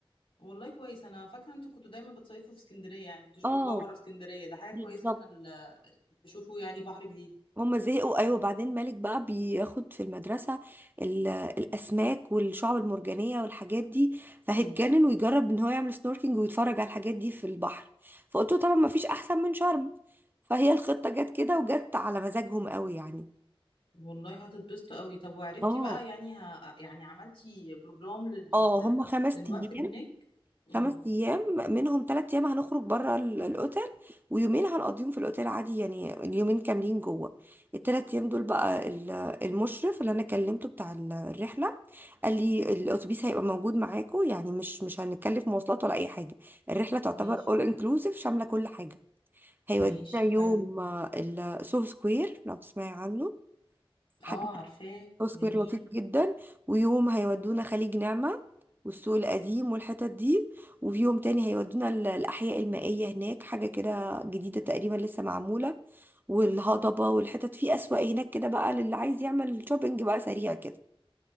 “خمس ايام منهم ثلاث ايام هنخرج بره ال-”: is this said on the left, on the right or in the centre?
Right